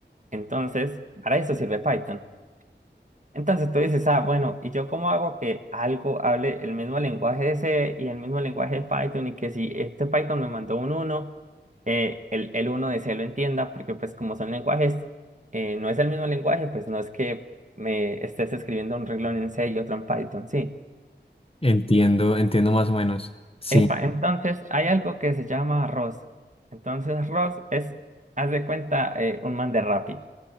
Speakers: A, on the right; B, on the left.
A: Entonces, para eso sirve Python. Entonces tú dices, ah, bueno, ¿y yo cómo hago que algo hable el mismo lenguaje C y el mismo lenguaje de Python? Y que si este Python me mandó un uno eh, el, el uno de C lo entienda, porque pues como son lenguajes, eh, no es el mismo lenguaje, pues no es que me estés escribiendo un renglón en C y otro en Python, sí.
B: entiendo, entiendo más o menos. Sí.
A: Epa, entonces hay algo que se llama ROS. Entonces ROS es, haz de cuenta, eh, un man de Rappi.